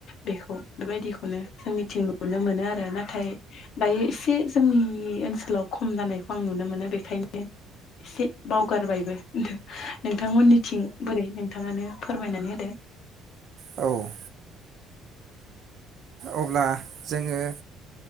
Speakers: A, on the left; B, on the right.
A: बेखौ बेबायदिखौनो जोंनिथिं नुनो मोनो आरो नाथाय दायो एसे जोंनि ओनसोलाव खम जानायखौ आं नुनो मोनो बेखायनो एसे बावगारबायबो। नोंथांमोननिथिं बोरै नोंथाङानो फोरमायनानै होदो।
B: औ। अब्ला जोङो